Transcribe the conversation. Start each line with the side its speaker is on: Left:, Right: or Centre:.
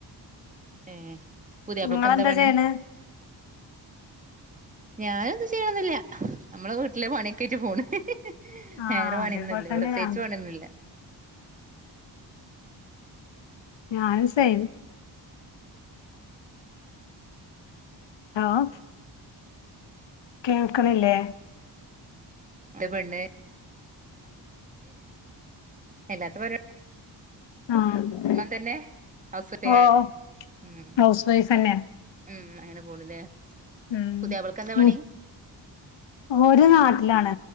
Right: ഏ പുതിയാപ്ലക്കെന്താ
Left: നിങ്ങളെന്താ
Right: പണി
Left: ചെയ്യണെ
Right: ഞാനൊന്ത് ചെയ്യണൊന്നൂല്ല നമ്മൾ വീട്ടിലെ പണിയൊക്കെ ആയിറ്റ് പോണ്
Left: ആഹ്
Right: വേറെ
Left: അതേപോലെ
Right: പണിയൊന്നൂല്ല
Left: തന്നെ
Right: പ്രത്യേകിച്ച്
Left: ഞാനും
Right: പണിയൊന്നൂല്ല
Left: ഞാൻ സെ ആപ് കേൾക്കണില്ലേ
Right: ൻ്റെ പെണ്ണേ എല്ലാത്ത പരു
Left: ആഹ്
Right: ന്നാ തന്നെ ഹൗസ് <unintelligible>
Left: ഓഹ്
Right: ഉം
Left: ഹൗസ് വൈഫ് തന്നെയാ
Right: ഉം അങ്ങനെ പോണില്ലേ
Left: ഉം
Right: പുതിയാപ്ലക്ക് എന്താ
Left: വു
Right: പണി
Left: ഒരു നാട്ടിലാണ്